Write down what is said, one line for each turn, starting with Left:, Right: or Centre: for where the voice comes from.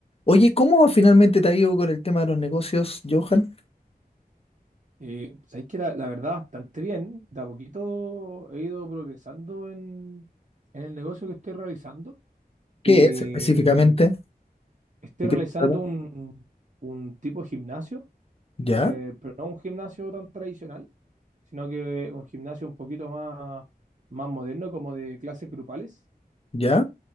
Left: Oye, ¿cómo finalmente te ha ido con el tema de los negocios, Johan?
Right: Eh, sabéis que la, la verdad bastante bien, de a poquito he ido progresando en, en el negocio que estoy realizando.
Left: ¿Qué
Right: Y
Left: es específicamente?
Right: estoy
Left: ¿De
Right: realizando
Left: qué se trata?
Right: un, un tipo de gimnasio,
Left: Ya,
Right: eh, pero no un gimnasio tan tradicional, sino que un gimnasio un poquito más, más moderno, como de clases grupales.
Left: ya,